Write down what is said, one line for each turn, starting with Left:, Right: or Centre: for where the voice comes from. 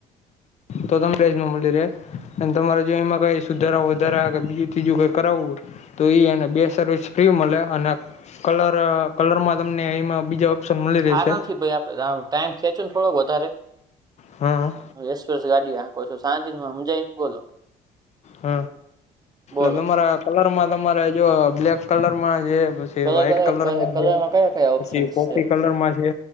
Left: તોધપ્રજ મમડી રે અને તમારે જો એમાં કઈ સુધારા વધારા કે બીજું ત્રીજું કઈ કરાવવું હોય. તો એને બે સર્વિસ ફ્રી મળે અને કલર કલરમાં તમને એમાં બીજા ઓપ્શન મળી રહેશે
Right: આરામથી ભાઈ આપડે ટાઈમ ખેંચું ને થોડોક વધારે
Left: હમ્મ.
Right: એક્સપ્રેસ ગાડી આ ક છ શાંતિ સમજાયમ બોલો.
Left: હ
Right: બોલો
Left: એટ તમારા કલરમાં તમારે જો બ્લેક કલરમાં એ પી
Right: કલર
Left: વ્હાઈટ કલરમાં
Right: કલર
Left: છે
Right: કયા કયા
Left: પછી
Right: ઓપ્શન્સ
Left: કોફી
Right: છે
Left: કલરમાં છે.